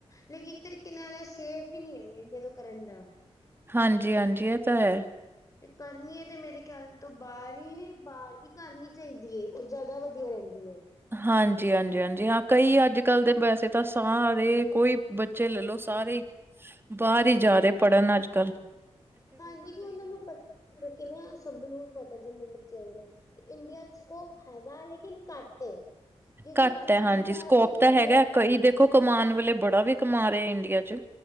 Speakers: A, on the left (about 30°); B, on the right (about 20°).
A: ਲੇਕਿ ਇੱਕ ਤਰੀਕੇ ਨਾਲ ਸੇਫ ਵੀ ਨੀ ਹੈ ਇੰਡੀਆ ਤੋਂ ਕਰਨ ਦਾ
B: ਹਾਂਜੀ ਹਾਂਜੀ ਇਹ ਤਾਂ ਹੈ।
A: ਤੇ ਕਰਨੀਏ ਤੇ ਮੇਰੇ ਖਿਆਲ ਤੋਂ ਬਾਹਰ ਹੀ ਬਾਹਰ ਹੀ ਕਰਨੀ ਚਾਹੀਦੀ ਹੈ। ਉਹ ਜ਼ਿਆਦਾ ਵਧੀਆ ਰਹਿੰਦੀ ਹੈ।
B: ਹਾਂਜੀ ਹਾਂਜੀ ਹਾਂਜੀ ਹਾਂ ਕਈ ਅੱਜ ਕੱਲ ਦੇ ਵੈਸੇ ਤਾਂ ਸਾਰੇ ਕੋਈ ਬੱਚੇ ਲੈਲਓ ਸਾਰੇ ਹੀ ਬਾਹਰ ਹੀ ਜਾ ਰਹੇ ਪੜ੍ਹਨ ਅੱਜ ਕੱਲ੍ਹ
A: ਹਾਂਜੀ ਵੀ ਉਹਨਾਂ ਨੂੰ ਪ ਕਿਉਂਕਿ ਨਾ ਸਭ ਨੂੰ ਪਤਾ ਜਿੰਨੇ ਬੱਚੇ ਹੈਗੇ ਨੇ ਇੰਡੀਆ ਚ ਸਕੋਪ ਹੈਗਾ ਲੇਕਿਨ ਘੱਟ ਏ ਕਿਉਂਕਿ
B: ਘੱਟ
A: ਜੋ
B: ਹੈ ਹਾਂਜੀ
A: ਚੀਜ਼ਾਂ
B: ਸਕੋਪ
A: ਅਸੀਂ ਇੱਥੇ
B: ਤਾਂ
A: ਇੰਡੀਆ
B: ਹੈਗਾ
A: ਚ
B: ਕਈ ਦੇਖੋ ਕਮਾਉਣ ਵਾਲੇ ਬੜਾ ਵੀ ਕਮਾ ਰਿਹਾ ਇੰਡੀਆ ਚ